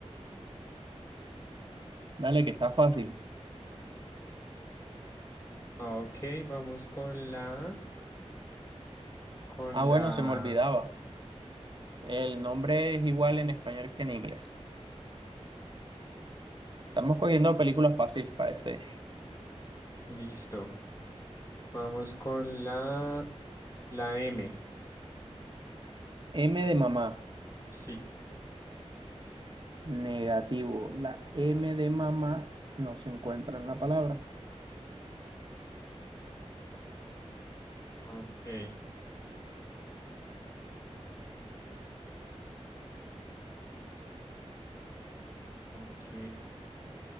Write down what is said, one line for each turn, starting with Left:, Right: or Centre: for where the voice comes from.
Right: Dale, que está fácil.
Left: Ah, Ok, vamos con la, con
Right: Ah, bueno,
Left: la,
Right: se me olvidaba. El nombre es igual en español que en inglés. Estamos cogiendo películas fáciles para este.
Left: listo. Vamos con la, la M.
Right: M de mamá.
Left: Sí.
Right: Negativo. La M de mamá no se encuentra en la palabra.
Left: Ok, ok.